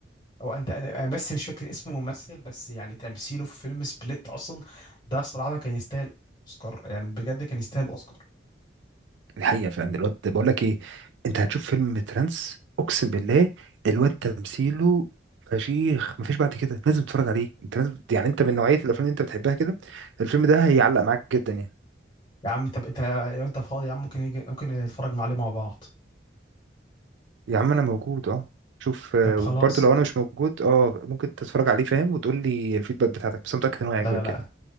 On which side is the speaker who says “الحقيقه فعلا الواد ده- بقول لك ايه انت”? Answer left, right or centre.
Right